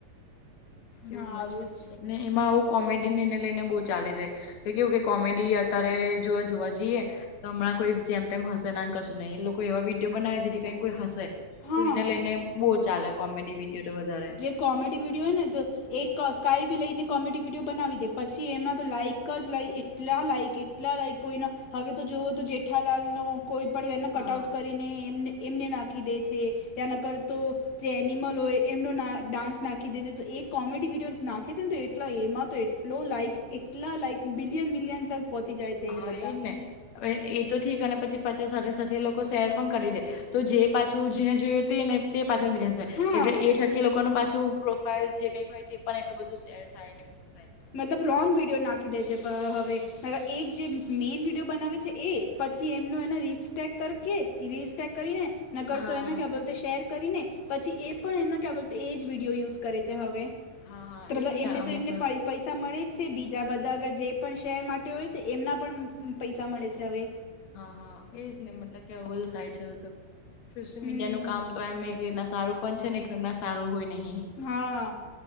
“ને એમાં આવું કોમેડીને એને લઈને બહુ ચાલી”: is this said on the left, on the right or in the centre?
Left